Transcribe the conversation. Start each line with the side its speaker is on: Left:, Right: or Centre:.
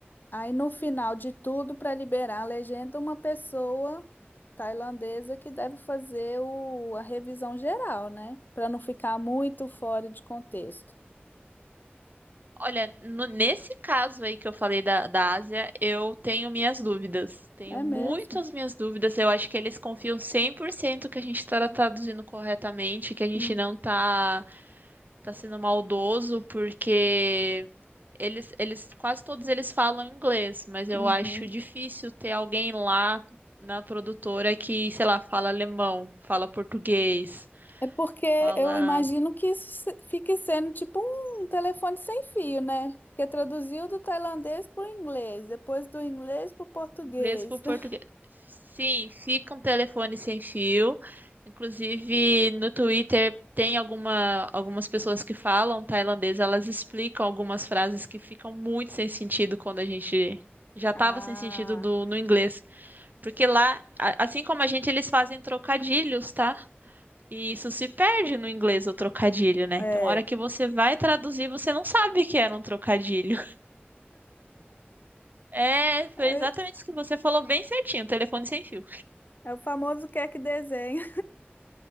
Left: aí no final de tudo, para liberar a legenda, uma pessoa. tailandesa que deve fazer o, a revisão geral, né? Para não ficar muito fora de contexto.
Right: Olha, no- nesse caso aí que eu falei da, da Ásia, eu tenho minhas dúvidas. Tenho
Left: É
Right: muitas
Left: mesmo?
Right: minhas dúvidas. Eu acho que eles confiam 100% que a gente está traduzindo corretamente, que a gente
Left: Hum,
Right: não tá, tá sendo maldoso, porque eles, eles, quase todos eles falam inglês, mas eu
Left: uhum.
Right: acho difícil ter alguém lá na produtora que, sei lá, fala alemão, fala português,
Left: É porque
Right: fala
Left: eu imagino que isso se- fique sendo tipo um telefone sem fio, né? Porque traduziu do tailandês para o inglês, depois do inglês para o português.
Right: Inglês para o português.
Left: <laughs>
Right: Sim, fica um telefone sem fio. Inclusive, no Twitter tem alguma, algumas pessoas que falam tailandês, elas explicam algumas frases que ficam muito sem sentido quando a gente já estava
Left: Ah,
Right: sem sentido do, no inglês. Porque lá, a- assim como a gente, eles fazem trocadilhos, tá? E isso se perde no inglês, o trocadilho, né?
Left: é.
Right: Então, a hora que você vai traduzir, você não sabe que era um trocadilho. <laughs> É, foi
Left: É,
Right: exatamente isso que você falou, bem certinho, telefone sem fio.
Left: é o famoso quer que desenha,